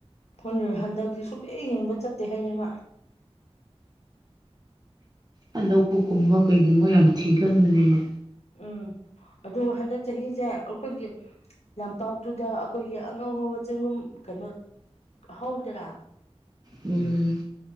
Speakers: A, on the left (about 75°); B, on the right (about 40°).
A: ꯑꯩꯈꯣꯏ ꯍꯟꯗꯛꯇꯤ ꯁꯨꯐꯦꯛ ꯌꯦꯡꯕ ꯆꯠꯇꯦ ꯍꯥꯏꯌꯦꯡꯃ
B: ꯑ ꯂꯧꯕꯨꯛ ꯀꯨꯝꯕ ꯀꯩꯒꯨꯝꯕ ꯌꯥꯝ ꯊꯤꯒꯟꯕꯅꯦꯕ
A: ꯎꯝ ꯑꯗꯨꯒ ꯍꯟꯗꯛ ꯆꯍꯤꯁꯦ ꯑꯩꯈꯣꯏꯒꯤ ꯂꯝꯄꯥꯛꯇꯨꯗ ꯑꯩꯈꯣꯏꯒꯤ ꯑꯉꯧ ꯑꯉꯧꯕ ꯆꯦꯡꯒꯨꯝ ꯀꯩꯅꯣ ꯍꯧꯗꯔꯥ
B: ꯎꯝ